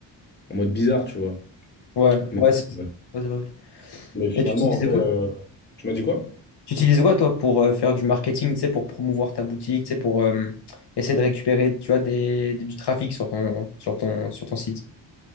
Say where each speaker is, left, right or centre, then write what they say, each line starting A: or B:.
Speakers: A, on the left; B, on the left.
A: en mode bizarre, tu vois.
B: Ouais,
A: Mais,
B: ouais c'est
A: euh,
B: ouais, c'est vrai.
A: mais finalement,
B: Et tu utilisais
A: en vrai, euh, tu m'as dit quoi?
B: Tu utilises quoi, toi, pour euh, faire du marketing, tu sais, pour promouvoir ta boutique, tu sais, pour euh, essayer de récupérer, tu vois, des, des- du trafic sur ton, sur ton, sur ton site?